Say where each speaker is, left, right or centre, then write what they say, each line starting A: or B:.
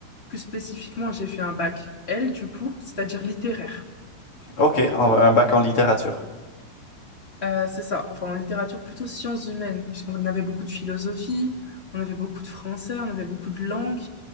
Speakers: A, on the left; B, on the left.
A: plus spécifiquement, j'ai fait un bac L, du coup, c'est-à-dire littéraire.
B: Ok, en- un bac en littérature.
A: Euh, c'est ça, enfin en littérature plutôt sciences humaines, puisqu'on avait beaucoup de philosophie, on avait beaucoup de français, on avait beaucoup de langues,